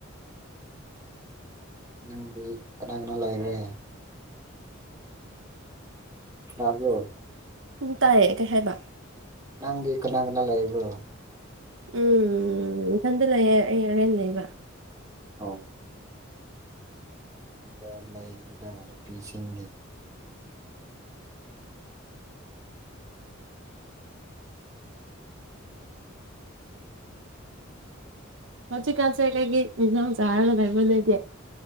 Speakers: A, on the right; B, on the right.
A: ꯅꯪꯗꯤ ꯀꯅꯥ ꯀꯅꯥ ꯂꯩꯔꯦ ꯇꯥꯕ꯭ꯔꯣ
B: ꯎꯝ ꯇꯥꯏꯌꯦ ꯀꯩ ꯍꯥꯏꯕ
A: ꯅꯪꯒꯤ ꯀꯅꯥ ꯀꯅꯥ ꯂꯩꯕ꯭ꯔꯣ
B: ꯎꯝ ꯏꯊꯟꯗ ꯂꯩꯌꯦ ꯑꯩ ꯔꯦꯟ ꯂꯩꯕ
A: ꯑꫭ ꯃꯗ ꯂꯩꯒꯅꯨꯗ ꯅꯨꯄꯤꯁꯤꯡꯒꯤ
B: ꯎꯝ ꯀꯟꯁꯦ ꯀꯩ‌ꯀꯩ ꯑꯦꯟꯁꯥꯡ ꯆꯥꯔꯒ ꯂꯩꯕ ꯅꯣꯏꯗꯤ